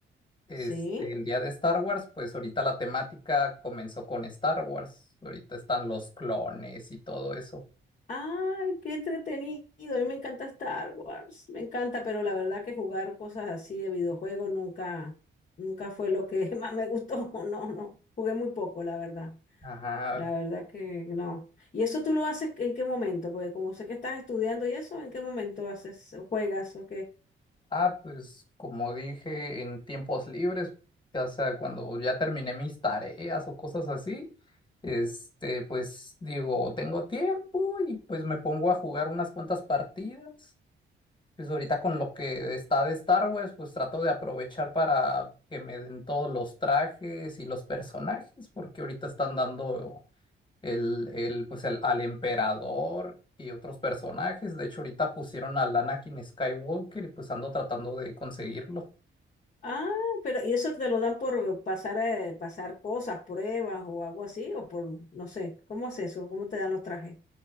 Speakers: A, on the left; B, on the left.
A: Este,
B: Sí.
A: el día de Star Wars, pues ahorita la temática comenzó con Star Wars. Ahorita están los clones y todo eso.
B: Ay, qué entretenido. A mí me encanta Star Wars. Me encanta, pero la verdad que jugar cosas así de videojuegos nunca, nunca fue lo que <laughs> más me gustó. No, no. Jugué muy poco, la verdad.
A: Ajá.
B: La verdad que no. ¿Y eso tú lo haces en qué momento? Porque como sé que estás estudiando y eso, ¿en qué momento haces, juegas o qué?
A: Ah, pues como dije, en tiempos libres, ya sea cuando ya terminé mis tareas o cosas así, este, pues digo, tengo tiempo y pues me pongo a jugar unas cuantas partidas. Pues ahorita con lo que está de Star Wars, pues trato de aprovechar para que me den todos los trajes y los personajes, porque ahorita están dando el, el, pues el, al emperador y otros personajes. De hecho, ahorita pusieron al Anakin Skywalker y pues ando tratando de conseguirlo.
B: Ah, pero ¿y eso te lo dan por pasar, eh, pasar cosas, pruebas o algo así? O por, no sé, ¿cómo es eso? ¿Cómo te dan los trajes?